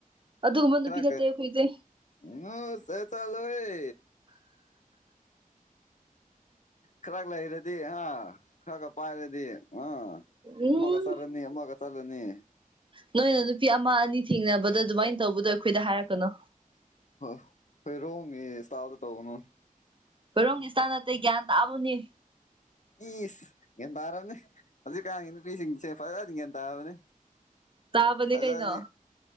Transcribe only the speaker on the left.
ꯈꯔ꯫
ꯉꯥ ꯁ‌ꯦꯆꯠꯂꯨꯏ꯫ ꯈꯔ ꯂꯩꯔꯗꯤ ꯑꯥ ꯈꯔꯒ ꯄꯥꯏꯔꯗꯤ ꯑꯥ
ꯑꯃꯒ꯫ ꯆ ꯇꯔꯅꯤ ꯑꯃꯒꯠꯇꯔꯅꯤ
ꯍꯣꯏ ꯍꯣꯏꯔꯣꯉ ꯏꯁꯇꯥꯗ ꯇꯧꯅꯨ
ꯏꯁ ꯒ꯭ꯌꯥꯟ ꯇꯥꯔꯅꯤ ꯍꯧꯖꯤꯛꯀꯥꯟꯒꯤ ꯅꯨꯄꯤꯁꯤꯡꯁꯦ ꯐꯖꯟ ꯒ꯭ꯌꯥꯟ ꯇꯥꯕꯅꯤ꯫
ꯁꯅꯤ